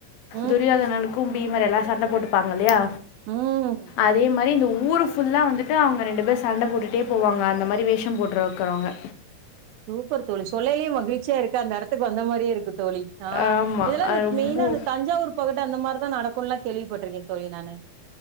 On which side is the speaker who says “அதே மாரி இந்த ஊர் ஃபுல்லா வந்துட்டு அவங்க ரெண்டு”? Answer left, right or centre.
Left